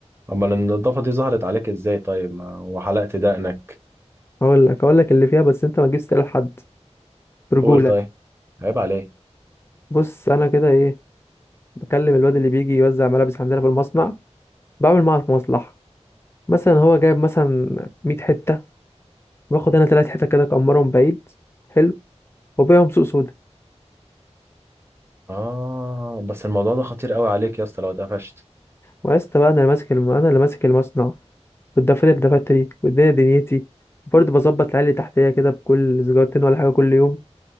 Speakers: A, on the right; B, on the left.
A: امال النضافة دي ظهرت عليك ازاي طيب ما وحلقت دقنك
B: اقول لك اقول لك اللي فيها بس انت ما تجيبش تقول لحد برجولة
A: قول طيب عيب عليك
B: بص انا كده ايه بكلم الواد اللي بيجي يوزع ملابس عندنا في المصنع بعمل معاه مصلحة مثلا هو جايب مثلا 100 حتة باخد انا تلات حتت كده اكمرهم بعيد حلو وبيعهم سوق سودا
A: اه بس الموضوع ده خطير قوي عليك يا اسطى لو اتقفشت
B: وعشت بقى انا اللي ماسك الم... انا اللي ماسك المصنع والدفاتر دفاتري والدنيا دنيتي برضه بظبط العيال اللي تحتيا كده بكل سيجارتين ولا حاجة كل يوم